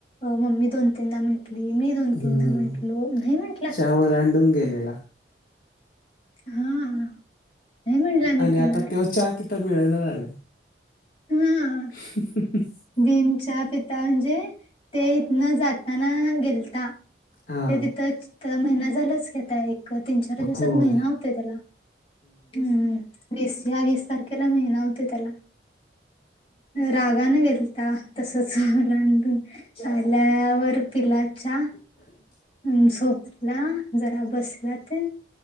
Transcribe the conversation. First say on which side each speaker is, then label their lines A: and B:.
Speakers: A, on the left; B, on the left.
A: मम्मी दोन तीनदा म्ह मी दोन
B: हम्म.
A: तीनदा म्हटलो नाही म्ह
B: चहा ओलाडून गेलेला
A: हा नाही म्हंटला मी
B: आणि
A: पिणार
B: आता तेव चहा तिथं मिळल झालं
A: हम्म
B: <inaudible>
A: बिंच्या पिता म्हणजे ते इथन जाताना गेलता
B: हां,
A: ते तिथंच तर महिना झालाच घता एक तीन चार दिवसात
B: होय.
A: महिना होत त्याला हम्म वीस या वीस तारखेला महिना होते त्याला रागान गेलता तसच ओलांडून आल्यावर पिला चहा पिलाच्या
B: ह
A: अ झोपला जरा बसला तर